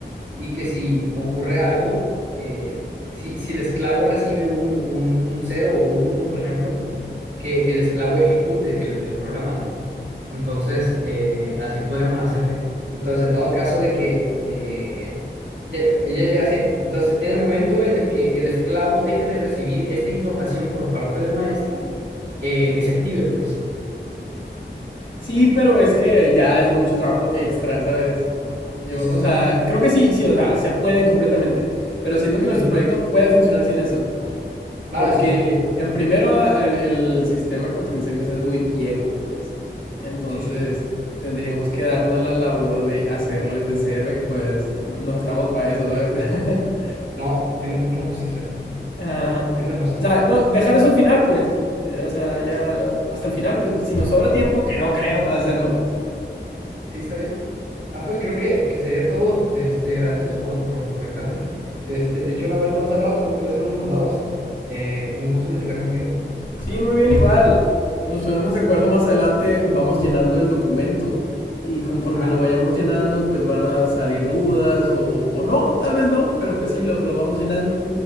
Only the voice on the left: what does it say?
Sí, pero es que ya es mucho trabajo extra, ¿sabes? Yo,
o
sea,
creo que sí, sí, o sea, se puede completamente, pero siento que
nuestro
proyecto
puede funcionar sin eso.
Porque
en primero el, el sistema contra incendios es muy viejo, pues. Entonces
tendríamos que darnos a la labor de hacerlo desde cero y pues no, no estamos para eso, ¿sabes? <laughs>
Ah,
o sea, no, dejar eso al final, pues. O sea, ya hasta el final, pues si nos sobra tiempo, que no creo hacerlo, pues.
Sí, muy bien, igual. Nos ponemos de acuerdo más adelante, vamos llenando el documento y conforme
lo vayamos llenando, pues van a salir dudas o, o no, tal vez no, pero pues sí, lo, lo vamos llenando